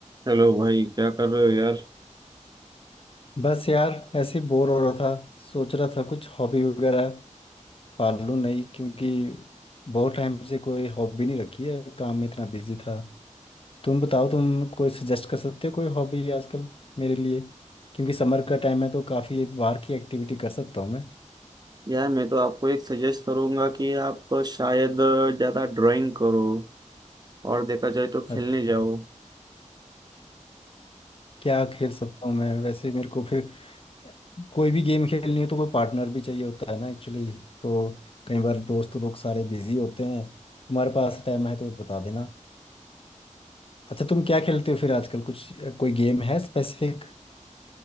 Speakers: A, on the right; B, on the left.
A: चलो भाई क्या कर रहे हो यार
B: बस यार ऐसे ही बोर हो रहा था सोच रहा था कुछ हॉबी वगैरह पाल लूं नहीं क्योंकि बहुत टाइम से कोई हॉबी नहीं रखी है काम में इतना बिजी था तुम बताओ तुम कोई सजेस्ट कर सकते हो कोई हॉबी आजकल मेरे लिए क्योंकि समर का टाइम है तो काफ़ी बाहर की एक्टिविटी कर सकता हूँ मैं
A: यार मैं तो आपको एक सजेस्ट करूंगा कि आप शायद अ, ज़्यादा ड्राइंग करो और देखा जाए तो
B: अच्छा
A: खेलने जाओ
B: क्या खेल सकता हूँ मैं वैसे मेरे को फिर कोई भी गेम खेलनी हो तो कोई पार्टनर भी चाहिए होता है ना एक्चुअली तो कई बार दोस्त लोग सारे बिजी होते हैं तुम्हारे पास टाइम है तो बता देना अच्छा तुम क्या खेलते हो फिर आजकल कुछ कोई गेम है स्पेसिफिक